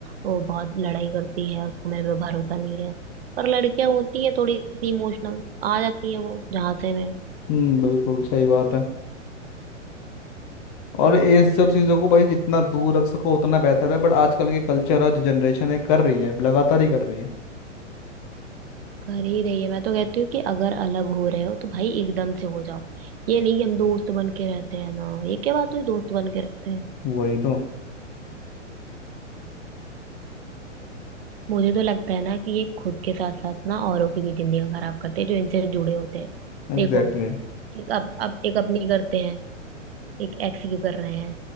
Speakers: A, on the right; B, on the left.
A: वो बहुत लड़ाई करती है उसको मेरे पे भरोसा नहीं है पर लड़कियां होती है थोड़ी सी इमोशनल आ जाती है वो जहां से में
B: हम्म बिल्कुल सही बात है और ये सब चीज़ों को भाई जितना दूर रख सको उतना बेहतर है बट आजकल के कल्चर और जो जनरेशन है कर रही है लगातार ही कर रही है
A: कर ही रही है मैं तो कहती हूँ कि अगर अलग हो रहे हो तो भाई एकदम से हो जाओ ये नहीं कि हम दोस्त बन के रहते हैं ना ये क्या बात हुई दोस्त बन के रहते हैं
B: वही तो
A: मुझे तो लगता है ना कि ये खुद के साथ साथ ना औरों की भी जिंदगी खराब करते हैं जो इनसे जुड़े होते हैं
B: Exactly
A: देखो
B: exactly.
A: एक अब अब एक अपनी करते हैं एक एक्स की कर रहे हैं